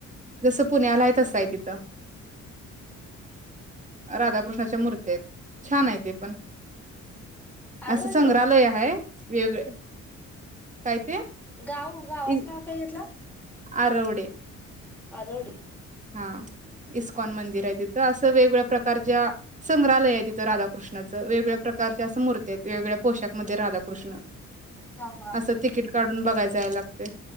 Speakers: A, on the right; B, in the centre.
A: जसं पुण्यालाय त असंय तिथं राधाकृष्णाच्या मूर्त आहेत छान आहे ते पण
B: आरोडी
A: असं संग्रहालय आहे. वेगळे. काय ते
B: गाव गावाच
A: इ
B: नाव काय घेतलं.
A: आरवडे
B: आर
A: हा इ ईश कन मंदिर आहे तिथं असं वेगवेगळ्या प्रकारच्या संग्रहालय आहे तथं राधाकृष्णाचं वेगवेगळ्या प्रकारच्या असं मूर्ती आहेत. वेगवेगळ्या पोशाकमध्येध्ये राधाकृष्ण
B: हा हा.
A: असं तिकीट काढून बघाय लागते.